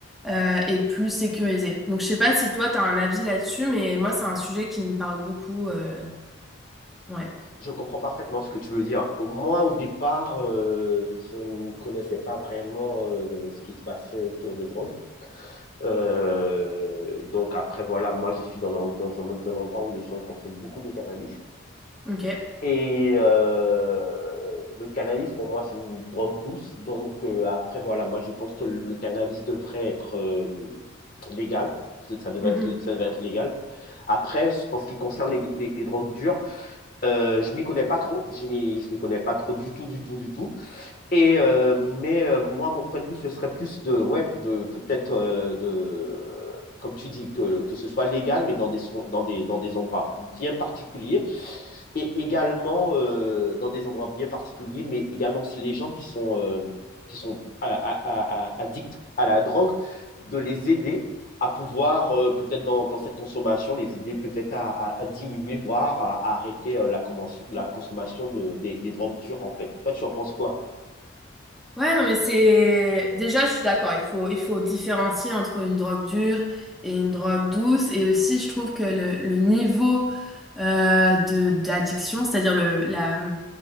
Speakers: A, in the centre; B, on the left.
A: euh, et plus sécurisée? Donc je sais pas si toi tu as un avis là-dessus, mais moi c'est un sujet qui me parle beaucoup. euh, Ouais,
B: Je comprends parfaitement ce que tu veux dire. Au- Moi, au départ, euh, je ne connaissais pas vraiment euh, ce qui se passait autour des drogues. Euh, donc après, voilà, moi, je suis dans, l'en- dans un, dans un endroit où les gens consomment beaucoup de cannabis.
A: ok.
B: Et euh, le cannabis, pour moi, c'est une drogue douce. Donc euh, après, voilà, moi, je pense que le le cannabis devrait être euh, légal. Ça devrait
A: Mhm.
B: être, ça devrait être légal. Après, en ce qui concerne les, les- les drogues dures, euh, je m'y connais pas trop. Je m'y, je m'y connais pas trop du tout, du tout, du tout. Et, euh, mais euh, moi, mon point de vue, ce serait plus de, ouais, de peut-être euh, de, comme tu dis, que, que ce soit légal, mais dans des, dans des, dans des endroits bien particuliers. Et également euh, dans des endroits bien particuliers, mais également les gens qui sont, euh, qui sont a- a- a- addicts à la drogue, de les aider à pouvoir, euh, peut-être dans, dans cette consommation, les aider peut-être à, à- à diminuer, voire à, à arrêter euh, la, commence- la consommation de, des, des drogues dures, en fait. Toi, tu en penses quoi?
A: Ouais, non, mais c'est... Déjà, je suis d'accord, il faut, il faut différencier entre une drogue dure et une drogue douce. Et aussi, je trouve que le, le niveau euh, de, d'addiction, c'est-à-dire le, la,